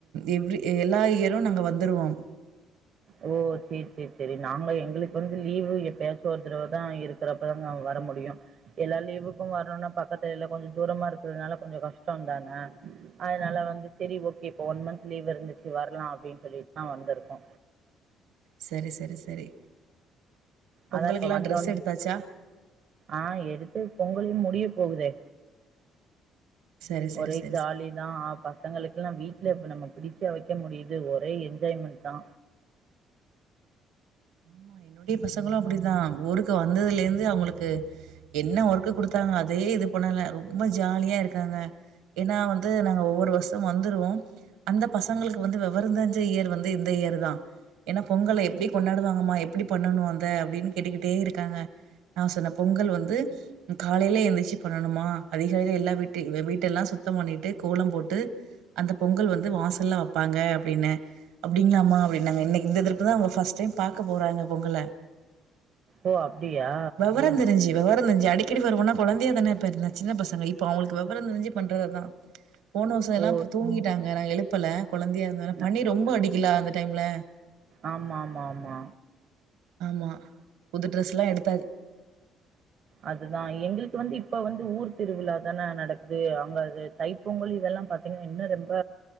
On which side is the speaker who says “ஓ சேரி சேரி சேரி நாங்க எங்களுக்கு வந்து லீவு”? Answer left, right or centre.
Right